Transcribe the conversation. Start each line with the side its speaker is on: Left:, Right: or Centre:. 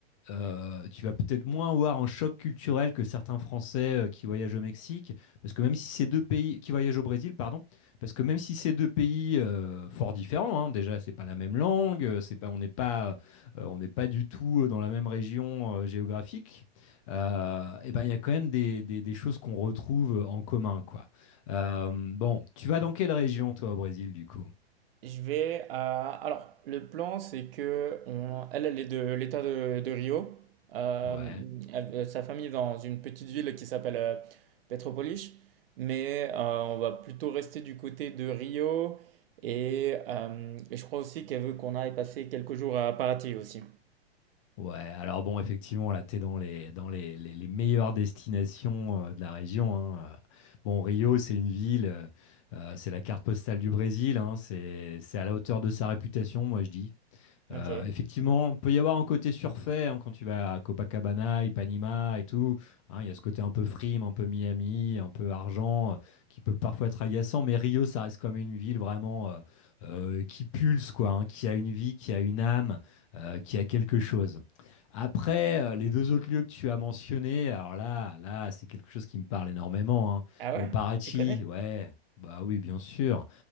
Left: euh, tu vas peut-être moins avoir un choc culturel que certains Français euh, qui voyagent au Mexique, parce que même si ces deux pays qui voyagent au Brésil, pardon, parce que même si ces deux pays euh, fort différents, hein, déjà c'est pas la même langue, euh, c'est pas, on n'est pas, euh, on n'est pas du tout euh, dans la même région euh, géographique, euh, et ben il y a quand même des, des- des choses qu'on retrouve en commun, quoi. Euh, bon, tu vas dans quelle région toi au Brésil du coup?
Right: Je vais à... Alors, le plan, c'est que on... elle, elle est de l'État de, de Rio. Euh,
Left: Ouais.
Right: elle- euh, sa famille est dans une petite ville qui s'appelle euh, Petropolis. Mais euh, on va plutôt rester du côté de Rio. Et, euh, et je crois aussi qu'elle veut qu'on aille passer quelques jours à Paraty aussi.
Left: Ouais, alors bon, effectivement, là, t'es dans les, dans les, les- les meilleures destinations euh, de la région. hein. Euh, Bon, Rio, c'est une ville, euh, euh, c'est la carte postale du Brésil, hein, c'est, c'est à la hauteur de sa réputation, moi je dis.
Right: Ok.
Left: Euh, effectivement, il peut y avoir un côté surfait hein, quand tu vas à Copacabana, Ipanema et tout. hein, Il y a ce côté un peu frime, un peu Miami, un peu argent, euh, qui peut parfois être agaçant. Mais Rio, ça reste comme une ville vraiment euh, euh, qui pulse, quoi, hein, qui a une vie, qui a une âme, euh, qui a quelque chose. Après, euh, les deux autres lieux que tu as mentionnés, alors là, là, c'est quelque chose qui me parle énormément. hein.
Right: Ah ouais?
Left: Bon, Parachi,
Right: Tu connais?
Left: ouais, bah oui, bien sûr.